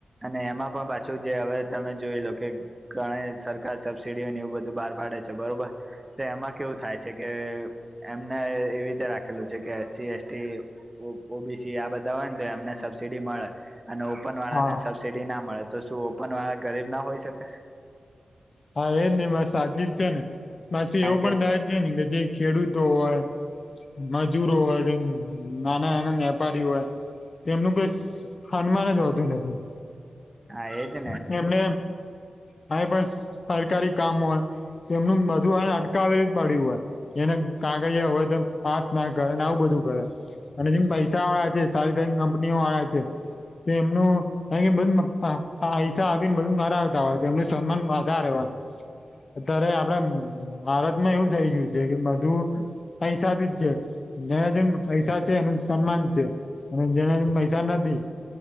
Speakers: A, on the right (about 25°); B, on the left (about 55°).
A: અને એમાં પણ પાછું જે હવે તમે જોઈ લો કે ઘણી સરકાર સબસીડીઓ ને એવું બધું બહાર પાડે છે બરોબર. તો એમાં કેવું થાય છે કે એમને એવી રીતે રાખેલું છે કે એસસી, એસટી ઓ ઓબીસી આ બધા હોય ને તો એમને સબસીડી મળે. અને ઓપન વાળા
B: હા
A: ને સબસિડી ના મળે તો શું ઓપન વાળા ગરીબ ના હોઈ શકે?
B: હા એજ નઈ વાત સાચી જ છે ને પાછી
A: કારણ
B: એવું પણ
A: કે
B: થાય છે ને કે જે ખેડૂતો હોય મજૂરો હોય તેમ નાના નાના વેપારીઓ હોય તેમનું ઘર કઈ હનુમાન જ હોતી નથી.
A: હા એજ
B: ને એમને કાય પણ સરકારી કામ હોય. તો એમનું બધું અય અટકાવી જ પડ્યું હોય. એને કાગડીયા હોય તો પાસ ના કરેને આવું બધું. બરા અને જેમ પૈસા વાળા છે સારી સારી કંપનીઓ વાળા છે. તો એમનું અયા બધું પાય પૈસા આપીને મરાવતા હોય એમનું સન્માન વધારે હોય અત્યારે આપડા ભારતમાં એવું થઇ ગયું છે કે બધું પૈસા થી જ છે જેને જેમ પૈસા છે એનું સન્માન છે. અને જેને પૈસા નથી